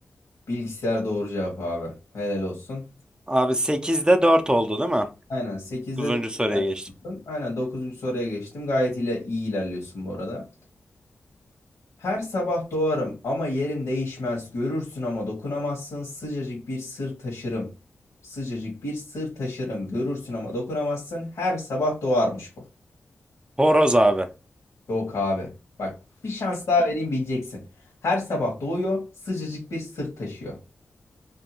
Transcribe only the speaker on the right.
Abi sekizde 4 oldu değil mi?
9.
soruya geçtim.
Horoz abi.